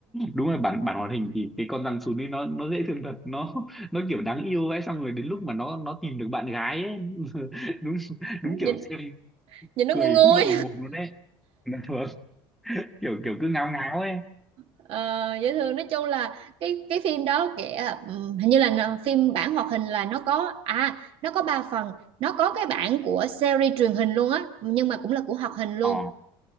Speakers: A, in the centre; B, on the right.
A: Đúng rồi bản bản hoạt hình thì cái con rắn sún ấy nó nó dễ thương thật, nó nó kiểu đáng yêu ấy xong rồi đến lúc mà nó nó tìm được bạn gái ấy <laughs> đúng đúng kiểu
B: nhìn
A: xem
B: nhìn nó
A: cười
B: ngu nguôi
A: không ngậm được mồm luôn đấy. Dạ vâng. Kiểu kiểu cứ ngáo ngáo ấy.
B: ờ, dễ thương nói chung là cái cái phim đó kể ừm, hình như là nó- phim bản hoạt hình là nó có à nó có ba phần nó có cái bản của series truyền hình luôn á nhưng mà cũng là của hoạt hình luôn
A: Ờ